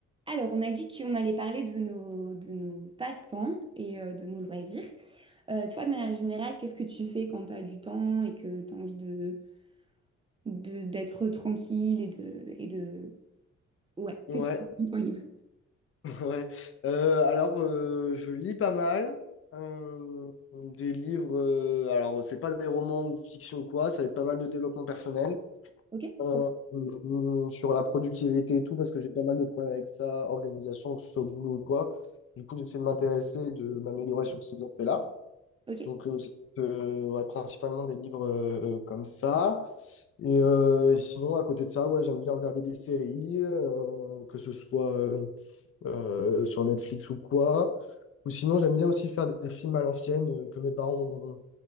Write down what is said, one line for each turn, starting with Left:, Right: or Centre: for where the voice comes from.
Right: Alors, on a dit qu'on allait parler de nos, de nos passe-temps et euh, de nos loisirs. Euh, toi, de manière générale, qu'est-ce que tu fais quand tu as du temps et que tu as envie de, de- d'être tranquille et de, et de... Ouais,
Left: Ouais,
Right: qu'est-ce que tu fais de ton livre?
Left: <laughs> ouais. Euh, alors, euh, je lis pas mal euh, des livres. euh, alors, c'est pas des romans ou fiction ou quoi, ça va être pas mal de développement personnel
Right: Ok,
Left: euh,
Right: trop bien.
Left: euh, sur la productivité et tout, parce que j'ai pas mal de problèmes avec ça, organisation, que ce soit au boulot ou quoi. Du coup, j'essaie de m'intéresser, de m'améliorer sur ces aspects-là.
Right: Ok,
Left: Donc, euh, c'est, euh, ouais, principalement des livres euh, euh, comme ça. Et euh, sinon, à côté de ça, ouais, j'aime bien regarder des séries, euh, que ce soit. euh, euh, sur Netflix ou quoi. Ou sinon, j'aime bien aussi faire des films à l'ancienne euh, que mes parents m'ont,